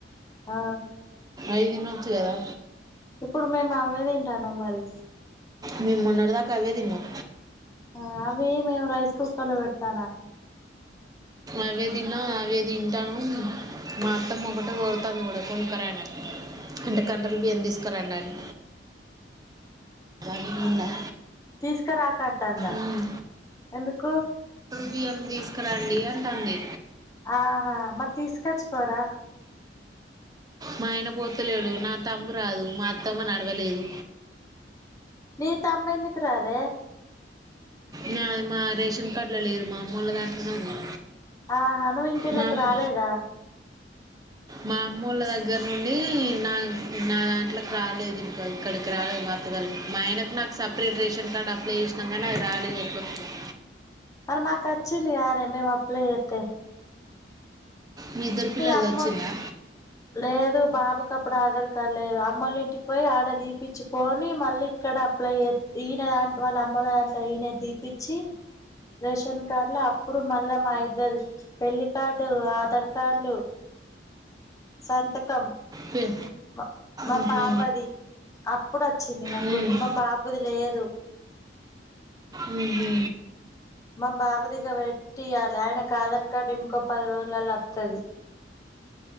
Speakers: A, on the left; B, on the right.
A: ఆ
B: ఐ తినవచ్చు కదా
A: ఇప్పుడు మేము ఆ మీద తింటాను మరి
B: మ మున్నడద క అవే తినం
A: ఆ అవి మేము రైస్ కుక్కర్ లో పెడతానా
B: అవే తిన్నా అవే తింటాను, మా అత్తమ ఒకటె కోఊరుతాంది కూడా కొనుకురా అంటే కండ్రలు బియ్యం తీసుకురండి అని దానికి
A: అ
B: ఉందా
A: తీసుక రాక ంట
B: ఉమ్.
A: ఎందుకు
B: బిఎం తీసుకురండి అంట అంది
A: ఆహా మరి తీసుకొచ్చుకోరా
B: మా ఆయన పొతులేడు నా తమ్ము రాదు మా అత్తమ్మ నడవలేదు
A: నీ తమ్ందుకు రారు
B: న మా రేషన్ కార్డలలో మా అమ్మలో దాంట్లో నే ఉంది
A: ఆ హను వెంకళలకు
B: మా అమ్-
A: రాలేదా
B: మా అమ్మ వాళ్ళ దగ్గర నుండి నా నా దాంట్లోకి రాలేదు ఇంకా ఇక్కడికి రాలేదు మాత్తగలి మా ఆయనకు నాకు సపరేట్ రేషన్ కార్డు అప్లై చేసినాం కానీ రాలేదు <unintelligible>
A: మరి మాకచ్చింది కాదె మేమప్లై ఏత్తే
B: మీ ఇద్దరి పిల్లల్ది
A: అమ్మ
B: వచ్చిందా
A: లేదు బాబుకి అప్పుడు ఆధార్ కార్డు లేదు అమ్మల్ల ఇంటికి పోయి ఆడ దీపిచ్చుకొని మళ్ళీ ఇక్కడ అప్లై ఎత్ ఈయన దాంట్ వాళ్ళ అమ్మల దాంట్లో ఈయన దీపిచ్చి రేషన్ కార్డుల అప్పుడు మళ్ళా మా ఇద్దరు పెళ్లి కార్డు ఆధార్ కార్డులు సంతకం
B: పె-
A: మా మా
B: మ్హూ.
A: పాపది అప్పుడు వచ్చింది ముగ్గురుకి
B: మ్.
A: మా బాబుది లేదు
B: మ్మ్ హు
A: మా బాబు దిగ పెట్టియాలి ఆయనకు ఆధార్ కార్డు ఇంకో పది రోజులల్ల వత్తది